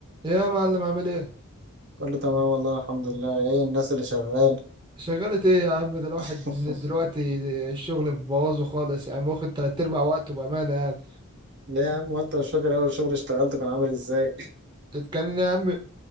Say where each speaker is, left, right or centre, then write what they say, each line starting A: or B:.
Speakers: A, on the right; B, on the right.
A: إيه يا معلم عامل ايه
B: كله تمام والله الحمد لله ايه الناس اللي شغال
A: شغلة ايه يا عم ده الواحد
B: <laughs>
A: من دلوقتي الشغل مبوظه خالص يا عم واخد تلات ارباع وقته بأمانة يعني
B: ليه يا عم وانت مش فاكر اول شغل اشتغلته كان عامل ازاي
A: كان يا عم